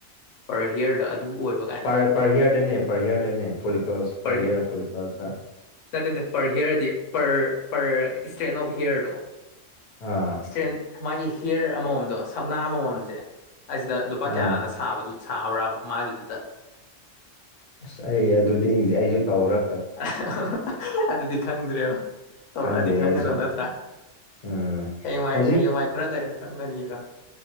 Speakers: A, on the left; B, on the left.
A: ꯄꯔ ꯍꯤꯌꯔꯗ ꯑꯗꯨ ꯑꯣꯏꯕ ꯀꯥꯏꯅ
B: ꯄꯔ ꯄꯔꯍꯤꯌꯥꯔ ꯗꯅꯦ ꯄꯔꯍꯤꯌꯥꯔ ꯗꯅꯦ <unintelligible> ꯄꯔꯍꯤꯌꯥꯔ
A: ꯄꯔ ꯍꯤ
B: <unintelligible>
A: ꯅꯠꯇꯦ ꯅꯠꯇꯦ ꯄꯔ ꯍꯤꯌꯔ ꯍꯥꯏꯗꯤ ꯄꯔ ꯄꯔ ꯏꯁꯇ꯭ꯔꯦꯟ ꯑꯣꯐ ꯍꯤꯌꯔꯗꯣ
B: ꯑꯥ
A: ꯏꯁꯇ꯭ꯔꯦꯟ ꯃꯥꯒꯤ ꯍꯤꯌꯔ ꯑꯃꯃꯝꯗꯣ ꯁꯝꯅꯥ ꯑꯃꯃꯝꯁꯦ ꯑꯁꯤꯗ ꯂꯨꯄꯥ
B: ꯑꯥ
A: ꯀꯌꯥꯅ ꯁꯥꯕ ꯁꯥꯕ꯭ꯔꯥꯕ ꯃꯥꯒꯤꯗꯨꯗ
B: ꯑꯁ ꯑꯩ ꯑꯗꯨꯗꯤ ꯑꯩꯁꯦ ꯑꯩꯁꯨ ꯇꯧꯔ
A: <unintelligible> ꯑꯗꯨꯗꯤ ꯈꯪꯗ꯭ꯔꯦꯕ ꯇꯧꯔꯛꯑꯗꯤ
B: ꯈꯪꯗꯦ
A: ꯈꯪꯒꯗꯕ
B: ꯑꯩꯁꯨ
A: ꯅꯠꯇ꯭ꯔꯥ
B: ꯎꯝ
A: ꯍꯌꯦꯡꯋꯥꯏ
B: ꯍꯧꯖꯤꯛ
A: ꯍꯌꯦꯡꯋꯥꯏ ꯈꯔ ꯂꯩꯔ ꯈꯪꯒꯅꯤꯗ